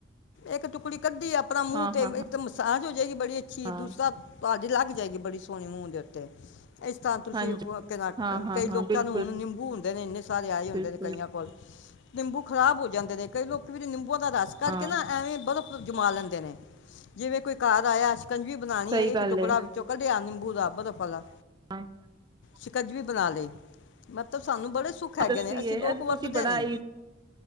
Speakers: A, on the left; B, on the right.
A: ਇੱਕ ਟੁਕੜੀ ਕੱਢੀ ਆਪਣਾ ਮੂੰਹ
B: ਹਾਂ
A: ਤੇ
B: ਹਾਂ ਹਾਂ
A: ਸਾ ਜੋ ਜਏਗੀ ਬੜੀ ਅੱਛੀ ਐ,
B: ਹਾਂ
A: ਦੂਸਰਾ ਤੁਹਾਡੀ ਲੱਗ ਜਏਗੀ ਬੜੀ ਸੋਹਣੀ ਮੂੰਹ ਦੇ ਉੱਤੇ ਇਸ ਤਰ੍ਹਾਂ ਤੁਸੀਂ
B: ਹਾਂਜੀ
A: ਕਹ ਨਾ
B: ਹਾਂ ਹਾਂ
A: ਕਈ
B: ਹਾਂ
A: ਲੋਕਾਂ
B: ਬਿਲਕੁਲ
A: ਨੂੰ ਹੁਣ ਨਿੰਬੂ ਇਨੇ ਸਾਰੇ ਆਏ ਹੁੰਦੇ
B: ਬਿਲਕੁਲ
A: ਕਈਆਂ ਕੋਲ ਨਿੰਬੂ ਖ਼ਰਾਬ ਹੋ ਜਾਂਦੇ ਨੇ ਕਈ ਲੋਕ ਵੀ ਨਿੰਬ ਬੂ ਦਾ ਰਸ ਕਰੱਢ
B: ਹਾਂ
A: ਕੇ ਨਾ ਐਵੇਂ ਬਰਫ਼ ਜਮਾਂ ਲੈਂਦੇ ਨੇ ਜਿਵੇਂ ਕੋਈ ਘਰ ਆਇਆ ਸ਼ਕੰਜਵੀ ਬਣਾਣੀ
B: ਸਹੀ
A: ਐ, ਇੱਕ
B: ਗੱਲ
A: ਟੁਕੜਾ
B: ਏ
A: ਵਿੱਚੋਂ ਕੱਢਿਆ ਨਿੰਬ ਬੂ ਦਾ ਬਰਫ਼ ਆਲਾ
B: <unintelligible>
A: ਸ਼ਿਕੰਜਵੀ ਬਣਾ ਲੀ ਮਤਬ ਸਾਨੂੰ ਬੜੇ ਸੁੱਖ ਹੈਗੇ
B: ਦੱਸੀਏ
A: ਨੇਂ, ਅਸੀਂ ਲੋਕ ਵਰਤਦੇ
B: ਤੁਸੀਂ ਬੜਾ
A: ਨੀਂ।